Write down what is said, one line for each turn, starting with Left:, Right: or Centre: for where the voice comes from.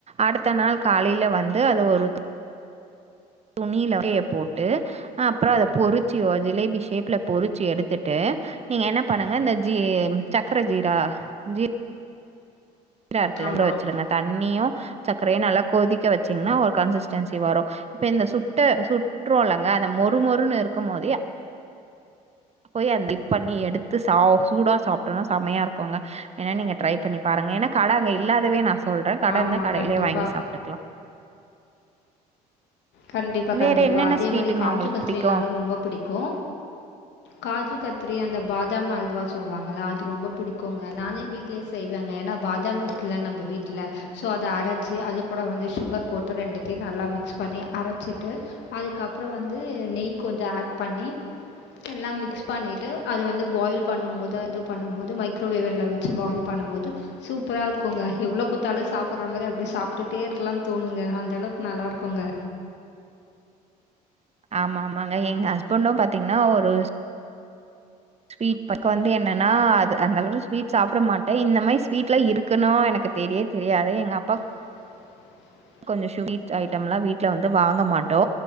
Right: அடுத்த நாள் காலையில வந்து அத ஒரு துணியில போட்டு அ அப்புற அத பொறிச்சி ஜிலேபி ஷேப்ல பொறிச்சு எடுத்துட்டு நீங்க என்ன பண்ணுங்க இந்த ஜீ சக்கர ஜீரா ஜீ ஜீரா இருக்குல்லங்வுற
Left: ஆமாம்
Right: வச்சிருங்க தண்ணியு சர்கரையு நல்லா கொதிக்க வச்சீங்கன்னா ஒரு கன்சிஸ்டன்சி வரு இப்ப இந்த சுட்ட சுற்றோல்லங்க அந்த மொறு மொறுன்னு இருக்கும் போதே போய் அதுல டிப்பண்ணி எடுத்து சா சூடா சாப்ட்டோனா செமையா இருக்குங்க ஏன்னா நீங்க ட்ரை பண்ணி பாருங்க ஏன்னா கட அங்க இல்லாதவே நா சொல்றே கட
Left: ஆமாம்
Right: இருந்து கடையிலே
Left: கண்டிப்பாக
Right: வாங்கி சாப்ட்டுக்கலா
Left: கண்டிப்பா
Right: வேற
Left: கண்டிப்பா
Right: என்னென்ன
Left: அதே
Right: ஸ்வீட்டுங்க
Left: மாரி காஜு
Right: உங்களுக்கு
Left: கத்ரினாலு
Right: புடிக்கு
Left: ரொம்ப பிடிக்கு காஜு கத்திரி அந்த பாதாம் அல்வா சொல்லுவாங்களா அது ரொம்ப புடிக்குங்க நானே வீட்டு் லயே செய்வங்க ஏன்னா பாதாம் இருக்குல்ல நம்ம வீட்டில சோ அத அரச்சி அது கூட வந்து சுகர் போட்டு ரெண்டுத்தயு நல்லா மிக்ஸ் பண்ணி அரச்சிட்டு அதுக்கப்புற வந்து நெய் கொஞ்ச ஆட் பண்ணி எல்லா மிக்ஸ் பண்ணிட்டு அது வந்து பாயில் பண்ணும் போது அது பண்ணும்போது மைக்ரோவேவன்ல வச்சு பாயில் பண்ணும் போது சூப்பரா இருக்குங்க எவ்வளோ குத்தாலு சாப்புடுற மாரி அப்டி சாப்ட்டுட்டே இருக்கலானு தோணுங்க அந்த அளவுக்கு நல்லா இருக்குங்க
Right: ஆமா ஆமாங்க எங்க ஹஸ்பண்டு பாத்தீங்கன்னா ஒரு ஸ்வீட் பக்க வந்து என்னன்னா அது அந்தளவு ஸ்வீட் சாப்ட மாட்டே இந்த மாரி ஸ்வீட்லா இருக்கணு எனக்கு தெரியே தெரியாது எங்க அப்பா
Left: இன் ஆடியபல்
Right: கொஞ்ச சுவீட் ஐட்டம்ல்லா வீட்டுல வந்து வாங்க மாட்டோ